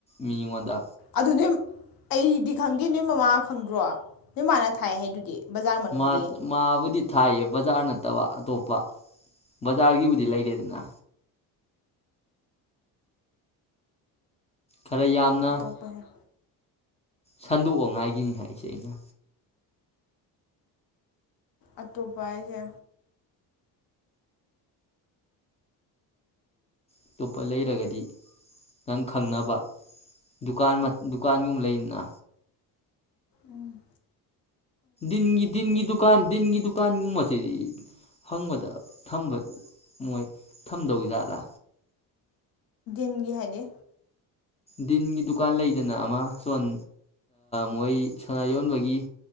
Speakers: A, on the left; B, on the left.
A: ꯃꯤꯉꯣꯟꯗ
B: ꯑꯗꯨ ꯅꯣꯏ ꯑꯩꯗꯤ ꯈꯪꯗꯦ ꯅꯣꯏ ꯃꯃꯥ ꯈꯪꯗ꯭ꯔꯣ ꯅꯣꯏ ꯃꯥꯃꯅ ꯊꯥꯏ ꯍꯥꯏꯗꯨꯗꯤ ꯕꯖꯥꯔ ꯃꯅꯨꯡꯒꯤ
A: ꯃꯥ ꯃꯥ ꯊꯥꯏꯌꯦ ꯕꯖꯥꯔ ꯅꯠꯇꯕ ꯑꯇꯣꯞꯄ ꯕꯖꯥꯔꯒꯤꯕꯨꯗꯤ ꯂꯩꯔꯦꯗꯅ ꯈꯔ ꯌꯥꯝꯅ
B: ꯑꯇꯣꯞꯄꯁꯦ
A: ꯁꯟꯗꯣꯛꯉꯥꯏꯒꯤꯅꯤ ꯍꯥꯏꯁꯦ ꯑꯩꯅ
B: ꯑꯇꯣꯞꯄꯥꯏꯁꯦ
A: ꯑꯇꯣꯞꯄ ꯂꯩꯔꯒꯗꯤ ꯅꯪ ꯈꯪꯅꯕ ꯗꯨꯀꯥꯟ ꯗꯨꯀꯥꯟꯒꯨꯝꯕ ꯂꯩꯅ
B: ꯎꯝ
A: ꯤꯟꯒꯤꯤꯟꯒꯤ ꯗꯨꯀꯥꯟ ꯤꯟꯒꯤ ꯗꯨꯀꯥꯟꯒꯤꯨꯝ ꯃꯆꯦꯔꯤ ꯍꯪꯕꯗ ꯊꯝꯕ ꯃꯣꯏ ꯊꯝꯗꯧ ꯖꯥꯠꯂꯥ
B: ꯟꯒꯤ ꯍꯥꯏꯗꯤ
A: ꯗꯤꯟꯒꯤ ꯗꯨꯀꯥꯟ ꯂꯩꯗꯅ ꯑꯃ ꯁꯣꯟ ꯃꯣꯏ ꯁꯅꯥ ꯌꯣꯟꯕꯒꯤ